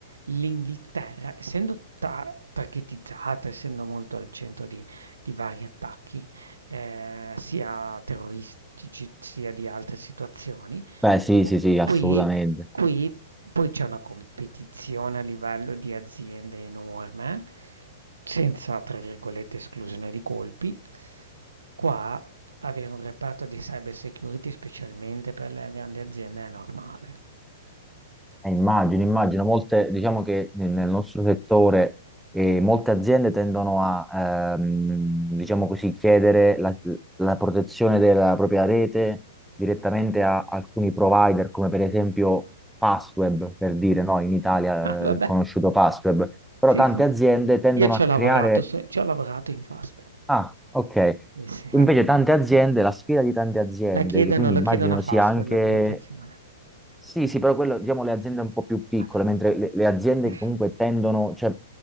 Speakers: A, on the right; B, in the centre.
A: L'Inghilterra, essendo ta- targetizzata, essendo molto al centro di, di vari attacchi, eh, sia terroristici sia di altre situazioni,
B: Beh, sì,
A: qu-
B: sì, sì, assolutamente.
A: qui, qui poi c'è una competizione a livello di aziende enorme, senza, tra virgolette, esclusione di colpi. Qua avere un reparto di cyber security specialmente per le grandi aziende è normale.
B: Eh, immagino, immagino, molte, diciamo che nel nel nostro settore eh, molte aziende tendono a, ehm, diciamo così, chiedere la, la protezione della propria rete direttamente a alcuni provider, come per esempio Fastweb, per dire, no, in Italia
A: Ah, vabbè.
B: eh, è conosciuto Fastweb, però
A: Sì,
B: tante
A: sì.
B: aziende tendono
A: Io ci
B: a
A: ho lavorato,
B: creare...
A: se ci ho lavorato in Fastback.
B: Ah, ok.
A: Sì, sì.
B: Invece tante
A: La
B: aziende, la sfida di tante aziende,
A: la chiedono,
B: che quindi
A: lo
B: immagino
A: chiedono a Fastweb
B: sia anche
A: la protezione.
B: Sì, sì, però quello, diciamo, le aziende un po' più piccole,
A: Madonna.
B: mentre le, le aziende
A: Eh.
B: che comunque tendono, cioè,